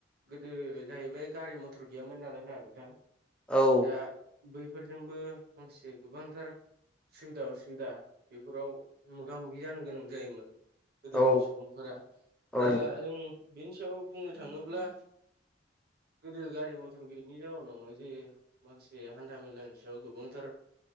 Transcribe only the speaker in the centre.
औ
औ
औ
<inaudible>